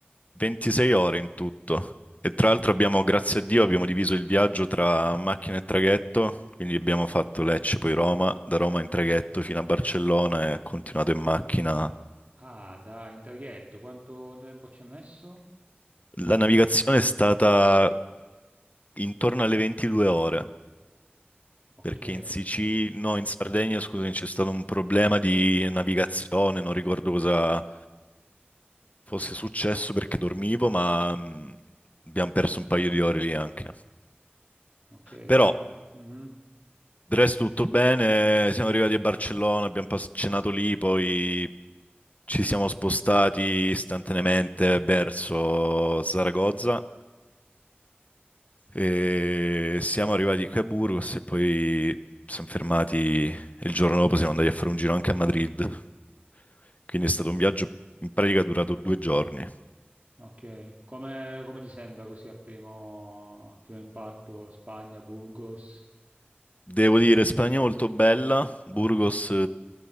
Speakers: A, on the left; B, on the right.
A: 26 ore in tutto. E tra l'altro abbiamo, grazie a Dio, abbiamo diviso il viaggio tra macchina e traghetto, quindi abbiamo fatto Lecce, poi Roma, da Roma in traghetto fino a Barcellona e continuato in macchina.
B: Ah, da in traghetto, quanto tempo ci hai messo?
A: La navigazione è stata intorno alle 22 ore.
B: Ok,
A: Perché in Sicilia,
B: ok,
A: no, in Sardegna, scusami, c'è stato un problema di navigazione, non ricordo cosa fosse successo perché dormivo, ma mh, abbiamo perso un paio di ore lì anche.
B: ok,
A: Però,
B: quindi... Mhm.
A: del resto tutto bene, siamo arrivati a Barcellona, abbiamo pas- cenato lì, poi ci siamo spostati istantaneamente verso Saragozza E siamo arrivati qui a Burgos e poi siamo fermati e il giorno dopo siamo andati a fare un giro anche a Madrid. Quindi è stato un viaggio in pratica durato due giorni.
B: Ok, come, come ti sembra così a primo, a primo impatto Spagna, Burgos?
A: Devo dire, Spagna molto bella. Burgos, eh,